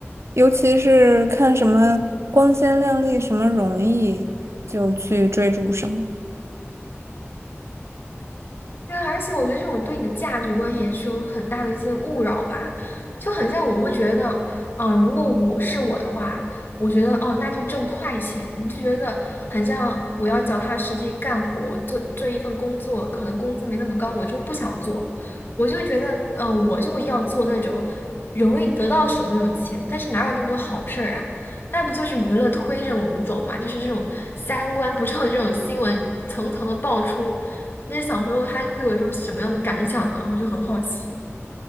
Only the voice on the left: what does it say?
对啊，而且我觉得这种对你的价值观也是有很大的一些误扰吧，就很像我会觉得，啊、如果我是我的话，我觉得哦，那就挣快钱，你就觉得很像我要脚踏实地干活，做做一份工作，可能工资没那么高，我就不想做，我就会觉得，嗯、我就要做那种容易得到手的那种钱，但是哪有那么多好事儿啊？那不就是娱乐推着我们走嘛？就是这种三观不正的这种新闻层层的爆出。那些小朋友他会有一种什么样的感想呢？我就很好奇。